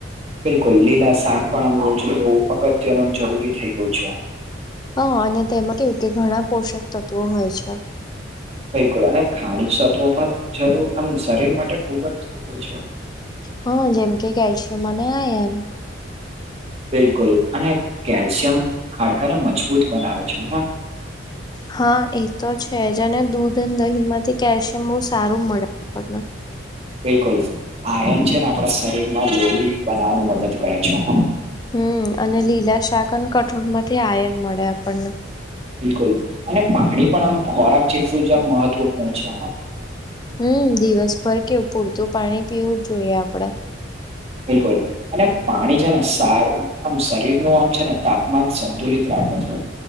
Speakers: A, on the right; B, on the left.
A: બિલકુલ, લીલા શાક પણ આમોજ એવું અગત્યનું જરૂરી થઈ ગયું છે.
B: હા, અને તેમાં કેવું કે, ઘણા પોષક તત્વો હોય છે.
A: બિલકુલ, અને ખાણી તત્વો પણ જરૂર શરીર માટે ખુબ જ જરૂરી છે.
B: હા, જેમ કે કેલ્શિયમ અને આયન.
A: બિલકુલ, અને કેલ્શિયમ ખાડકાને મજબૂત બનાવે છે. હા.
B: હા, એ તો છે જ, અને દૂધ અને દહીં માંથી કેલ્શિયમ બહુ સારું મળે આપણને.
A: બિલકુલ આયન છે ને, આપણા શરીરમાં લોળ બનાવવાનું મદદ કરે છે હ.
B: હમ, અને લીલા શાક અને કઠોળ માંથી આયન મળે આપણને.
A: બિલકુલ, અને પાહાડી પણ આમ ખોરાક જેટલું જ આ મહત્વપૂર્ણ છે.
B: હમ, દિવસભર કેવું પૂરતું પાણી પીવું જ જોઈએ આપડા.
A: બિલકુલ, અને પાણી છે ને સારું. આમ શરીર નું આમ છે ને, તાપમાન સંતુલિત રાખો છો.